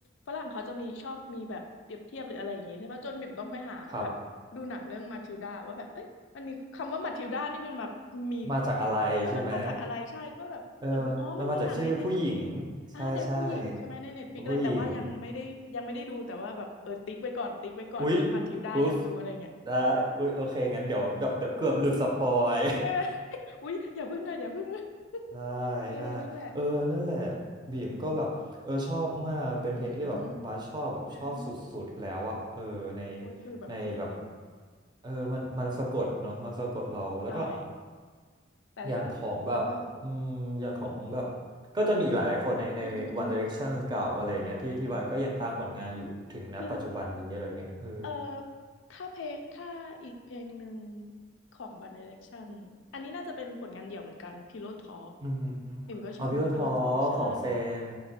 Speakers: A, on the left (about 65°); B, on the right (about 20°).
A: ฝรั่งเขาจะมีชอบมีแบบเปรียบเทียบหรืออะไรอย่างงี้ใช่ปะจนบิ่มต้องไปหาแบบดูหนังเรื่องมาทิลดาว่าแบบเอ้ยมันมีคำว่ามาทิลดานี่มันมามี
B: ครับ มาจากอะไรใช่ไหม
A: เออมันมาจากอะไรใช่ ก็แบบเปิดดูอ๋อมันมีหนังในเน็ตฟลิกอ่าเด็กผู้หญิงใช่ไหมในเน็ตฟลิกอะไรแต่ว่ายังไม่ได้ยังไม่ได้ดูแต่ว่าแบบเออติ๊กไว้ก่อนติ๊กไว้ก่อนเรื่องมาทิลดาอยากดูอะไรเงี้ย
B: เออมันมาจากชื่อผู้หญิงใช่ใช่ผู้หญิง อุ๊ยอุ๊ยได้อุ๊ยโอเคงั้นเดี๋ยวเดี๋ยวเดี๋ยวเกือบหลุดสปอย
A: ใช่ไหม <laughs> อุ๊ยอย่าพึ่งค่ะอย่าพึ่ง
B: <laughs>
A: <laughs>
B: ได้
A: เออนั่นแหละ
B: ได้ เออ นั่นแหละบีมก็แบบเออชอบมากมันเป็นเพลงที่แบบบัสชอบแบบชอบสุดๆแล้วอะเออ
A: คืออืม <laughs> เออ
B: ใน
A: โอ้ยคือแบบดีจริง
B: ในแบบเออมันมันสะกดเนาะมันสะกดเรา
A: อืม
B: แล้วก็
A: ใช่แต่ถ้า
B: อย่างของแบบอืมอย่างของแบบ
A: เออ
B: ก็จะมีอีกหลายๆคนในใน
A: อืมอืมอืม
B: One Direction เก่าอะไรเงี้ยที่ที่ว่าก็ยังตามผลงานอยู่ถึงณปัจจุบันนี้อะไรเงี้ยเออ
A: อ่าคือเออถ้าเพลงถ้าอีกเพลงหนึ่งของ One Direction อันนี้น่าจะเป็นผลงานเดี่ยวเหมือนกัน Pillow Talk
B: อืม
A: ปิ่มก็ชอบ
B: เอาพิโลทอของเซน
A: Pillow Talk ใช่